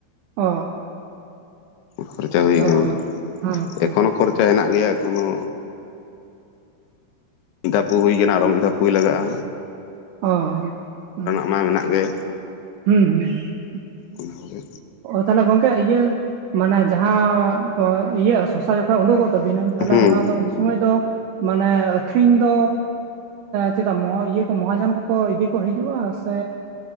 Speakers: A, on the right (about 80°); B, on the left (about 75°).
A: ᱚ
B: ᱠᱷᱚᱨᱪᱟ ᱦᱩᱭ
A: ᱚ
B: ᱟᱠᱟᱱ
A: ᱚ
B: ᱜᱮᱭᱟ
A: ᱦᱮᱸ ᱛᱚ
B: ᱮᱠᱷᱚᱱᱚ ᱠᱷᱚᱨᱪᱟ ᱦᱮᱱᱟᱜ ᱜᱮᱭᱟ ᱮᱠᱷᱚᱱᱚ ᱢᱤᱫ ᱫᱷᱟᱣ ᱯᱩ ᱦᱩᱭ ᱠᱟᱱᱟ ᱟᱨ ᱢᱤᱫ ᱫᱷᱟᱣ ᱯᱩᱭ ᱞᱟᱜᱟᱜ-ᱟ᱾
A: ᱚ
B: ᱟᱭᱢᱟ ᱢᱮᱱᱟᱜ ᱜᱮ
A: ᱦᱩᱸ ᱦᱩᱸ
B: ᱚᱱᱟ ᱠᱚᱜᱮ
A: ᱚ ᱛᱟᱦᱚᱞᱮ ᱜᱚᱝᱠᱮ ᱤᱭᱟᱹ ᱢᱟᱱᱮ ᱡᱟᱦᱟᱸ ᱤᱭᱟᱹ ᱥᱚᱥᱟ ᱠᱚ ᱩᱰᱩᱠᱚᱜ ᱛᱟᱵᱤᱱᱟ ᱛᱟᱦᱚᱞᱮ
B: ᱦᱩᱸ
A: ᱚᱱᱟ ᱫᱚ ᱩᱱᱥᱚᱢᱚᱭ ᱫᱚ ᱢᱟᱱᱮ ᱟᱹᱠᱷᱨᱤᱧ ᱫᱚ ᱪᱮᱫᱟᱜ ᱤᱭᱟᱹ ᱠᱚ ᱢᱚᱦᱟᱡᱚᱱ ᱠᱚᱠᱚ ᱤᱫᱤ ᱠᱚ ᱦᱤᱡᱩᱜ-ᱟ ᱥᱮ